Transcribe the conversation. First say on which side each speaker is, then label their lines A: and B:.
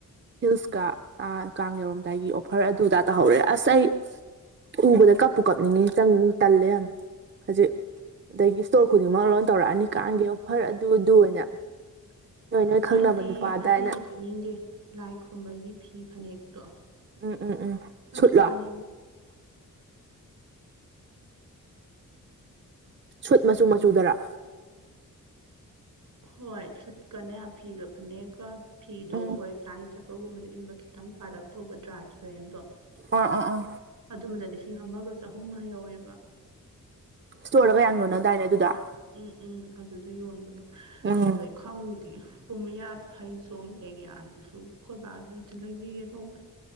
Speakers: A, on the right; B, on the right.
A: ꯍꯤꯜꯁꯀ ꯀꯥꯡ ꯌꯧꯔꯣꯝꯗꯥꯏꯒꯤ ꯑꯣꯐꯔ ꯑꯗꯨꯗ ꯇꯥꯍꯧꯔꯦ ꯑꯁ ꯑꯩ ꯎꯕꯗ ꯀꯞꯄꯨ ꯀꯞꯅꯤꯡꯉꯤ ꯆꯪ ꯇꯜꯂꯦ ꯌꯥꯝ ꯍꯧꯖꯤꯛ ꯑꯗꯒꯤ ꯏꯁꯇꯣꯔ ꯈꯨꯗꯤꯡꯃꯛ ꯂꯣꯟ ꯇꯧꯔꯛꯑꯅꯤꯀꯥꯟꯒꯤ ꯑꯣꯐꯔ ꯑꯗꯨꯗꯨ ꯑꯣꯏꯅ ꯅꯣꯏ ꯅꯣꯏ ꯈꯪꯅꯕ
B: ꯑꯩꯗꯤ
A: ꯅꯨꯄꯥꯗ
B: ꯑꯇꯩꯗꯤ
A: ꯑꯩꯅ
B: ꯍꯩꯅꯤꯡꯗꯦ ꯂꯥꯏ ꯈꯨꯔꯕꯒꯤ ꯐꯤ ꯐꯅꯦꯛꯇꯣ
A: ꯎꯝ-ꯎꯝ-ꯎꯝ
B: ꯑꯗꯨ
A: ꯁꯨꯠꯂ
B: ꯂꯩꯅꯤꯡꯉꯤ
A: ꯁꯨꯠ ꯃꯆꯨ ꯃꯆꯨꯗꯔꯥ
B: ꯍꯣꯏ ꯁꯨꯠꯀꯅꯦ ꯐꯤꯒ ꯐꯅꯦꯛꯒ ꯐꯤꯗꯣ
A: ꯎꯝ
B: ꯍꯣꯏ ꯂꯥꯏ ꯆꯠꯄꯒꯨꯝꯕꯗ ꯏꯟꯕ ꯈꯤꯇꯪ ꯄꯥꯔꯞ ꯇꯧꯕ ꯇ꯭ꯔꯥꯟꯁꯄꯔꯦꯟꯗꯣ
A: ꯑꯥ ꯑꯥ ꯑꯥ
B: ꯑꯗꯨꯝꯕꯗ ꯂꯤꯁꯤꯡ ꯑꯃꯒ ꯆꯍꯨꯝ ꯍꯏꯍꯧꯋꯦꯕ
A: ꯁ꯭ꯇꯣꯔꯗꯒ ꯌꯥꯝ ꯌꯣꯟꯅꯝꯗꯥꯏꯅꯦ ꯑꯗꯨꯗ
B: ꯎꯝ-ꯎꯝ ꯑꯗꯨꯗ ꯌꯣꯟꯕꯗꯣ
A: ꯎꯝ
B: ꯑꯗꯨꯗꯩ ꯈꯪꯗꯦ ꯄꯨꯡꯌꯥꯠ ꯐꯩꯖꯣꯝ ꯂꯦꯡꯌꯥꯟꯗꯨꯁꯨ ꯈꯣꯏꯕꯥꯒꯤ ꯑ ꯑꯃꯇ ꯂꯩꯕꯤꯒꯦ ꯇꯧꯕꯅꯦ